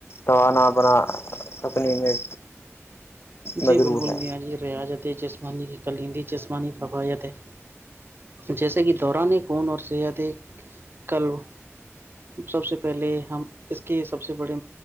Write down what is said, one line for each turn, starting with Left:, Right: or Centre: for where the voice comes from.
Left: توانا بنا سکنے میں
Right: جی
Left: مجروح
Right: بالکل
Left: ہے
Right: میاں جی ریاضت جسمانی کی کلندی جسمانی فویت ہے جیسے کہ دوران خون اور صحت ایک کلب سب سے پہلے ہم اس کے سب سے بڑے